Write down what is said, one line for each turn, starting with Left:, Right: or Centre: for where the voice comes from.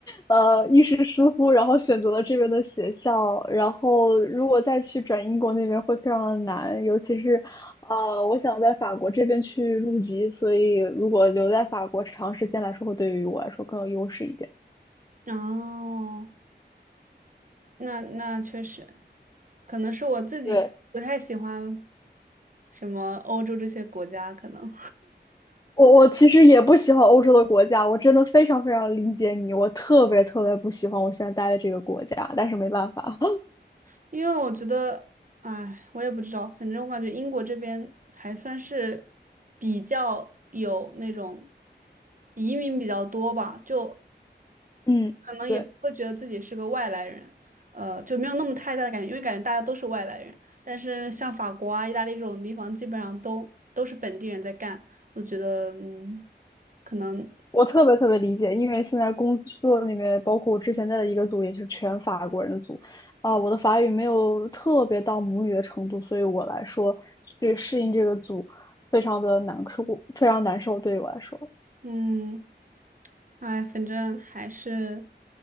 Left: 呃，一时疏忽，然后选择了这边的学校。然后，如果再去转英国那边会非常的难，尤其是，呃，我想在法国这边去入籍，所以如果留在法国长时间来说，会对于我来说更有优势一点。
Right: 哦，那那确实，可能是我自己不太喜欢
Left: 对，
Right: 什么欧洲这些国家，可能
Left: 我我其实也不喜欢欧洲的国家，我真的非常非常理解你，我特别特别不喜欢我现在待的这个国家，但是没办法。
Right: <laughs> 因为我觉得，哎，我也不知道，反正我感觉英国这边还算是比较有那种移民比较多吧，就
Left: <laughs> 嗯，
Right: 可能也不会觉得自己是个外来人，
Left: 对。
Right: 呃，就没有那么太大的感觉，因为感觉大家都是外来人。但是像法国啊、意大利这种地方，基本上都都是本地人在干，我觉得，嗯，可能。
Left: 我特别特别理解，因为现在工作里面，包括我之前在的一个组，也是全法国人的组，啊、我的法语没有特别到母语的程度，所以我来说去适应这个组非常的难受，非常难受。对于我来说，
Right: 嗯，哎，反正还是